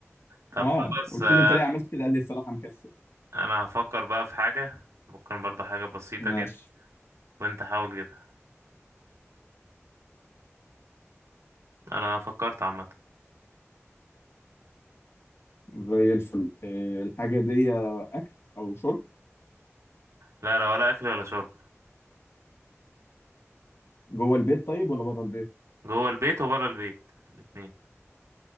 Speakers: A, on the right (about 75°); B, on the left (about 60°).
A: طب
B: اه
A: خلاص
B: قلت
A: آه،
B: له انت ليه عملت كده قال لي الصراحه مكسل
A: أنا هفكر بقى في حاجة ممكن برضه حاجة بسيطة
B: ماشي
A: كده وأنت حاول جدا انا فكرت عامه
B: زي الفل إيه الحاجه دي اكل او شرب
A: لا لا ولا اكل ولا شرب
B: جوه البيت طيب ولا بره البيت
A: جوه البيت وبره البيت الاتنين